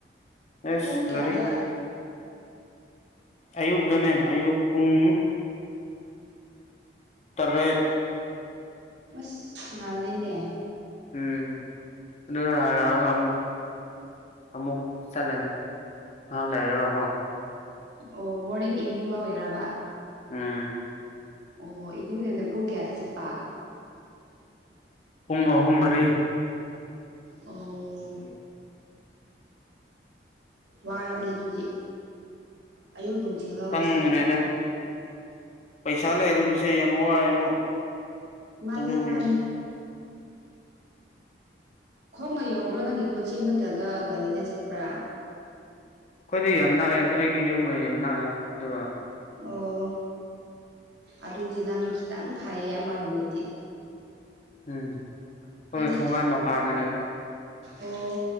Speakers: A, on the left; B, on the right.
A: ꯑꯦꯁ
B: ꯄꯨꯡ ꯀꯌꯥꯗ
A: ꯂꯥꯔꯤꯛ ꯑꯌꯨꯛꯇꯅꯦ ꯑꯌꯨꯛ ꯄꯨꯡ ꯇꯥꯔꯦꯠ
B: ꯑꯁ ꯉꯜꯂꯦꯅꯦ
A: ꯎꯝ ꯑꯗꯨꯒ ꯍꯜꯂꯛꯑꯒ ꯑꯃꯨꯛ ꯑꯃꯨꯛ ꯆꯠꯂꯅꯤ ꯉꯍꯥ ꯂꯩꯔꯒꯀꯣ
B: ꯑꯣ ꯃꯣꯔꯅꯤꯡ ꯏꯚꯤꯅꯤꯡ ꯂꯧꯔꯤꯔꯕ
A: ꯎꯝ
B: ꯑꯣ ꯏꯕꯤꯅꯤꯡꯅ ꯄꯨꯡ ꯀꯌꯥꯗ ꯆꯠꯄ
A: ꯄꯨꯡ ꯑꯍꯨꯝ ꯃꯔꯤ
B: ꯑꯣ ꯋꯥꯔꯝꯅꯤ ꯑꯗꯨꯗꯤ ꯑꯌꯨꯛ ꯅꯨꯡꯊꯤꯜ ꯂꯧꯕ
A: ꯆꯪꯈ꯭ꯔꯦꯗ
B: ꯁꯤꯗꯤ
A: ꯄꯩꯁꯥ ꯂꯩꯗꯕꯁꯦ ꯌꯥꯝ ꯋꯥꯏꯕꯣ
B: ꯃꯥꯅꯦ
A: ꯑꯗꯨꯒꯤ
B: ꯃꯥꯅꯦ ꯈꯣꯡꯅ ꯌꯧꯕ꯭ꯔꯥ ꯅꯪꯒꯤ ꯀꯣꯆꯤꯡ ꯅꯠꯇꯒ ꯒꯥꯔꯤꯗ ꯆꯠꯄ꯭ꯔꯥ
A: ꯑꯩꯈꯣꯏꯗꯤ ꯌꯥꯝ ꯅꯥꯛꯑꯦ ꯑꯩꯒꯤ ꯌꯨꯝꯒ ꯌꯥꯝ ꯅꯥꯛꯑꯦ ꯑꯗꯨꯒ
B: ꯑꯣ ꯑꯗꯨꯗꯤ ꯅꯪ ꯈꯤꯇꯪ ꯐꯩꯌꯦ ꯑꯃꯔꯣꯝꯗꯗꯤ
A: ꯎꯝ ꯑꯩꯈꯣꯏ
B: ꯍꯥꯏꯗꯤ
A: ꯊꯣꯡꯒꯥꯟ ꯃꯄꯥꯟꯗꯅꯦꯕ
B: ꯑꯣ